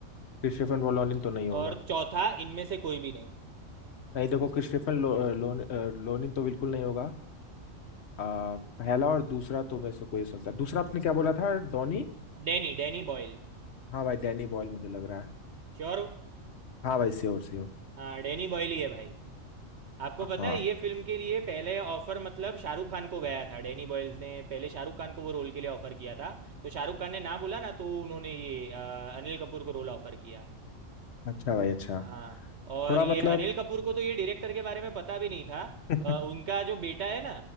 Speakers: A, on the left; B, on the right.
A: क्रिस्टोफर लोनिन तो नहीं होगा
B: और चौथा इनमें से कोई भी नहीं
A: नहीं देखो क्रिस्टोफर लो, लोन, अ, लोनिन तो बिल्कुल नहीं होगा आ, पहला और दूसरा तो मेरे से कोई हो सकता है दूसरा आपने क्या बोला था डॉनी
B: Danny Danny Boyle
A: हाँ भाई डैनी बॉयल मुझे लग रहा है
B: श्योर हो
A: हाँ भाई श्योर श्योर
B: हाँ डैनी बॉयल ही है भाई आपको पता
A: हाँ
B: है ये फिल्म के लिए पहले ऑफर मतलब शाहरुख खान को गया था डैनी बॉयल्स ने पहले शाहरुख खान को वो रोल के लिए ऑफर किया था तो शाहरुख खान ने ना बोला ना तो उन्होंने ये अ, अनिल कपूर को रोल ऑफर किया
A: अच्छा भाई अच्छा
B: हाँ और
A: थोड़ा
B: ये
A: मतलब
B: अनिल कपूर को तो ये डायरेक्टर के बारे में पता भी नहीं था
A: <laughs>
B: अ, उनका जो बेटा है ना